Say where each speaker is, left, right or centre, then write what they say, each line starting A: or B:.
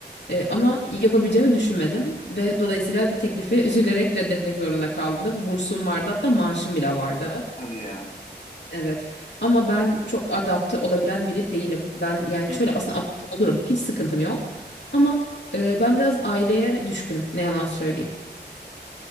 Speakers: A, on the left; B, on the left.
A: E, ama yapabileceğimi düşünmedim ve dolayısıyla teklifi üzülerek reddetmek zorunda kaldım. Bursum vardı hatta maaşım bile vardı.
B: Hadi ya.
A: Evet. Ama ben çok adapte olabilen biri değilim. Ben yani
B: Hı hı.
A: şöyle aslında adapte olurum. Hiç sıkıntım yok. Ama e, ben biraz aileye düşkünüm. Ne yalan söyleyeyim.